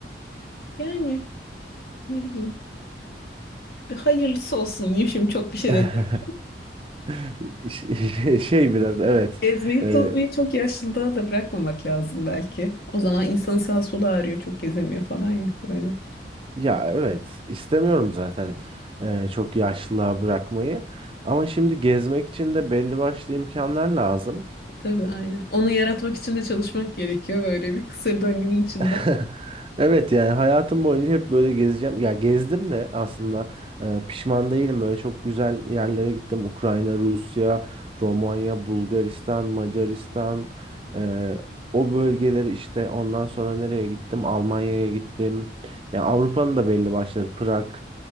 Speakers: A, on the left; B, on the right.
A: Yani ne bileyim. Hayırlısı olsun diyeyim şimdi çok bir şey
B: <laughs>
A: de diyeyim.
B: <laughs> Şey şey biraz evet.
A: Gezmeyi
B: Ee, Rezil.
A: tozmayı çok yaşlılığa da bırakmamak lazım belki. O zaman insanın sağ solu ağrıyor çok gezemiyor falan ya böyle.
B: ya evet istemiyorum zaten e, çok yaşlılığa bırakmayı. Ama şimdi gezmek için de belli başlı imkanlar lazım.
A: E, tabii aynen. Onu yaratmak için de çalışmak gerekiyor böyle bir kısır döngünün içinde.
B: <laughs> Evet yani hayatım boyunca hep böyle gezeceğim. Ya gezdim de aslında e, pişman değilim. Böyle çok güzel yerlere gittim. Ukrayna, Rusya, Romanya, Bulgaristan, Macaristan. e, o bölgeleri işte ondan sonra nereye gittim? Almanya'ya gittim. Ya Avrupa'nın da belli başları. Prag,